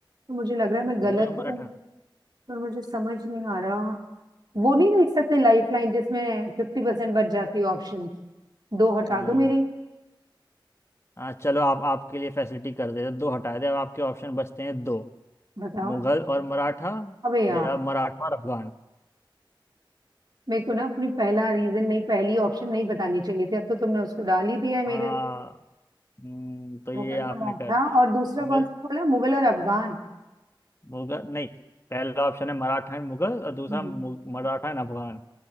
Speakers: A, on the right; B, on the left.
A: तो मुझे लग रहा है मैं गलत
B: मुगल और मराठा
A: हूँ पर मुझे समझ नहीं आ रहा वो नहीं देख सकते लाइफ लाइन जिसमें फिफ्टी परसेंट बच जाती है ऑप्शन दो हटा
B: हम्म
A: दो मेरी
B: आ, चलो आप आपके लिए फैसिलिटी कर देते दो हटा दे अब आपके ऑप्शन बचते हैं दो
A: बताओ
B: मुगल और मराठा
A: अबे यार
B: या मराठा और अफगान
A: मेरे को ना अपनी पहला रीजन नहीं पहली ऑप्शन नहीं बतानी चाहिए थी अब तो तुमने उसको डाल ही दिया है मेरे
B: हाँ हम्म, तो ये
A: मुगल
B: आपने
A: मराठा
B: कर दिया
A: और दूसरा
B: मुगल
A: कौन सा बोला मुगल और अफगान
B: मुगल नहीं पहला ऑप्शन है मराठा एंड मुगल और दूसरा
A: हम्म,
B: मु- मराठा एंड अफगान